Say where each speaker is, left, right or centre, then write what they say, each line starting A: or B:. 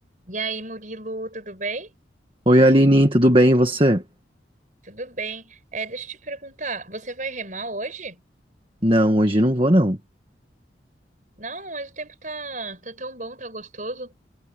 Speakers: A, on the right; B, on the right.
A: E aí, Murilo, tudo bem?
B: Oi, Aline, tudo bem e você?
A: Tudo bem. É, deixa eu te perguntar, você vai remar hoje?
B: Não, hoje não vou não.
A: Não, mas o tempo tá, tá tão bom, tá gostoso.